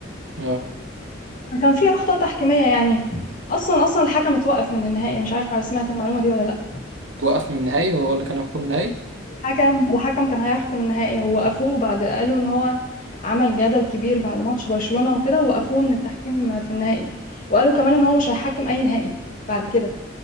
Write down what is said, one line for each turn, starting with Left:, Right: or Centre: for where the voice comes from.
Right: اه
Left: كان في أخطاء تحكيمية يعني أصلا أصلا الحكم اتوقف من النهائي مش عارفة سمعت المعلومة دي ولا لأ
Right: توقف من النهائي وهو اللي كان يحكم النهائي
Left: الحكم الحكم كان هيحكم النهائي ووقفوه بعد قالوا إن هو عمل جدل كبير بعد ماتش برشلونة وكده ووقفوه من التحكيم في النهائي وقالوا كمان إن هو مش هيحكم أي نهائي بعد كده